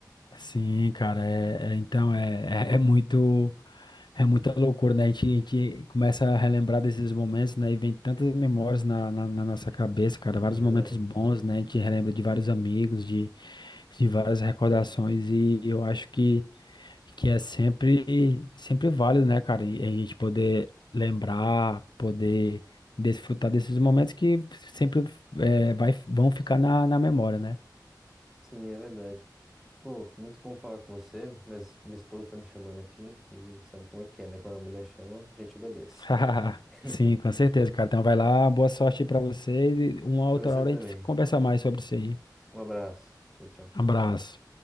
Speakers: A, on the left; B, in the centre.
A: Sim, cara, é, é- então é, é, é muito é muita loucura, né? A gente, a gente começa a relembrar desses momentos, né? E vem tantas memórias na, na, na nossa cabeça, cara, vários
B: É verdade.
A: momentos bons, né? A gente relembra de vários amigos, de, de várias recordações, e eu acho que, que é sempre, sempre válido, né, cara? E a gente poder lembrar, poder desfrutar desses momentos que sempre é, vai, vão ficar na, na memória, né?
B: Sim, é verdade. Pô, muito bom falar com você, mas minha esposa tá me chamando aqui e sabe como é que é, né? Quando a mulher chama, a gente obedece.
A: <laughs>
B: <laughs>
A: Sim, com certeza, cara. Então vai lá, boa sorte aí pra vocês e uma
B: Pra
A: outra
B: você
A: hora
B: também.
A: a gente conversa mais sobre isso aí.
B: Um abraço. Tchau, tchau.
A: Abraço.